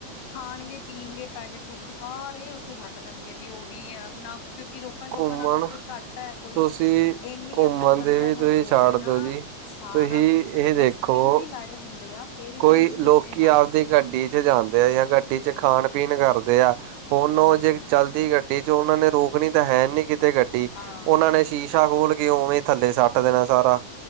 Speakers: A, on the left; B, on the right.
A: ਖਾਣਗੇ -ਪੀਣਗੇ ਪੈਕੇਟ- ਪੂਕਟ ਸਾਰੇ ਉੱਥੇ ਸੱਟ ਦਣਗੇ ਵੀ ਉਹੀ ਆ ਨਾਂ ਕਿਉਕੀ ਰੋਕਣ ਪਰ ਲੋਕਾਂ
B: ਘੁੰਮਣ
A: ਨਾਲੋਂ ਇਥੇ ਘੱਟ ਐ ਕੋਈ
B: ਤੁਸੀਂ
A: ਏਂਨੀ
B: ਘੁੰਮਣ
A: ਅਕਲ ਬੰਦਿਆਂ
B: ਦੇ ਵੀ
A: ਨੂੰ
B: ਤੁਸੀਂ
A: ਹੋਵੇ
B: ਛੱਡ
A: ਨਾਅ
B: ਦੋ ਜੀ
A: ਸਾਰਾ
B: ਤੁਸੀਂ
A: ਕੁਛ,
B: ਇਹ
A: ਓਥੇ ਡਸਟਬਿਨ
B: ਦੇਖੋ
A: ਵੀ ਲਾਏ ਹੁੰਦੇ ਆ। ਫੇਰ
B: ਕੋਈ
A: ਵੀ ਨਹੀਂ
B: ਲੋਕੀ
A: ਹਟਦੇ
B: ਆਵਦੀ ਗੱਡੀ ਝ ਜਾਂਦੇ ਐ ਜਾਂ ਗੱਡੀ ਝ ਖਾਣ - ਪੀਣ ਕਰਦੇ ਆ ਹੁਣ ਓਹ
A: ਹਮ
B: ਜੇ ਚਲਦੀ ਗੱਡੀ 'ਚ ਉਨਾਂ ਨੇ ਰੋਕਣੀ ਤੇ ਹੈ ਨੀ ਕਿਤੇ ਗੱਡੀ
A: ਹਾਂ
B: ਉਨਾਂ ਨੇ ਸ਼ੀਸ਼ਾ ਖੋਲ੍ਹ ਕੇ ਉਵੇਂ ਥੱਲੇ ਸੱਟ ਦੇਣਾ ਸਾਰਾ।